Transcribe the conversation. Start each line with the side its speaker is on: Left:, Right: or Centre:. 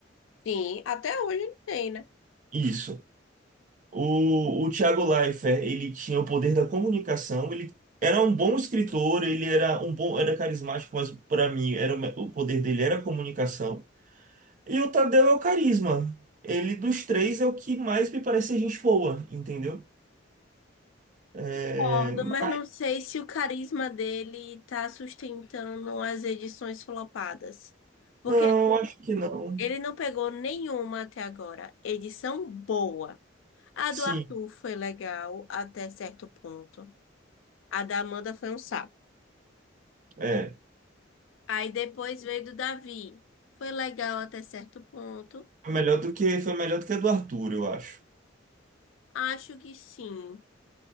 Left: Sim, até hoje ele tem, né?
Right: Isso. O, o Thiago Leifert, ele tinha o poder da comunicação, ele era um bom escritor, ele era um bom, era carismático, mas para mim era o, me- o poder dele era a comunicação. E o Tadeu é o carisma. Ele dos três é o que mais me parece ser gente boa, entendeu? É,
Left: Concordo, mas
Right: mas
Left: não sei se o carisma dele tá sustentando as edições flopadas. Porque
Right: não, acho que não.
Left: ele não pegou nenhuma até agora. Edição boa. A
Right: Sim,
Left: do Arthur foi legal até certo ponto. A da Amanda foi um saco.
Right: é.
Left: Aí depois veio do Davi. Foi legal até certo ponto.
Right: Foi melhor do que foi melhor do que a do Arthur, eu acho.
Left: Acho que sim.